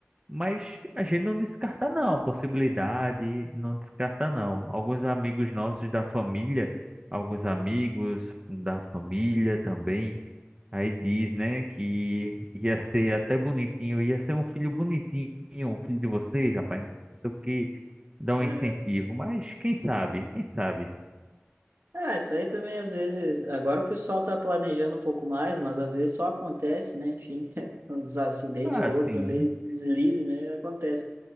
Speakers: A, on the right; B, on the right.
A: Mas a gente não descarta não a possibilidade, não descarta não. Alguns amigos nossos da família, alguns amigos da família também, aí diz, né, que ia ser até bonitinho, ia ser um filho bonitinho, um filho de vocês, rapaz, não sei o quê, dá um
B: Uhum.
A: incentivo, mas quem sabe, quem sabe?
B: Ah, isso aí também às vezes. Agora o pessoal tá planejando um pouco mais, mas às vezes só acontece, né? Enfim, <laughs> uns acidentes
A: Ah,
B: ou
A: sim,
B: outro ali, deslize, né? Acontece.